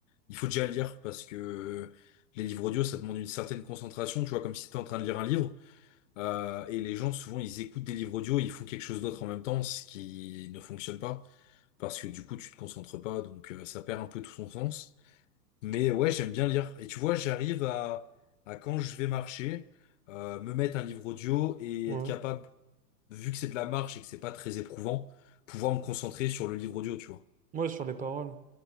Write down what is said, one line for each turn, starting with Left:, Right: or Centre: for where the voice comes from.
Left: il faut déjà lire parce que les livres audio, ça demande une certaine concentration, tu vois, comme si t'étais en train de lire un livre. Euh, et les gens, souvent, ils écoutent des livres audio, ils font quelque chose d'autre en même temps, ce qui ne fonctionne pas, parce que du coup, tu te concentres pas, donc euh, ça perd un peu tout son sens. Mais ouais, j'aime bien lire. Et tu vois, j'arrive à, à quand je vais marcher, euh, me mettre un livre audio et
Right: Ouais.
Left: être capable, vu que c'est de la marche et que c'est pas très éprouvant, pouvoir me concentrer sur le livre audio, tu vois.
Right: Ouais, sur les paroles.